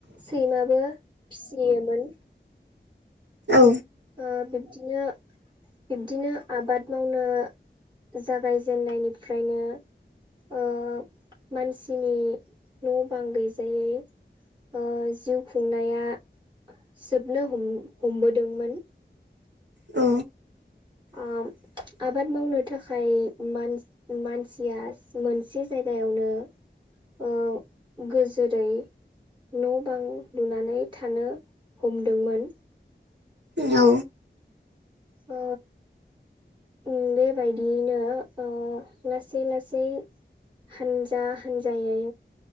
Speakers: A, on the right; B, on the right.
A: सैमाबो फिसियोमोन।
B: औ।
A: ओ बिब्दिनो बिब्दिनो आबाद मावनो जागायजेननायनिफ्रायनो ओ मानसिनि न' बां गैजायै ओ जिउ खुंनाया जोबनो हम हमबोदोंमोन।
B: औ।
A: ओम
B: <inaudible>
A: आबाद मावनो थाखायान मान मानसिया मोनसे जायगायावनो ओ गोजोरै न' बां लुनानै थानो हमदोंमोन।
B: औ।
A: ओ उम बेबायदियैनो ओ लासै लासै हानजा हान्जायै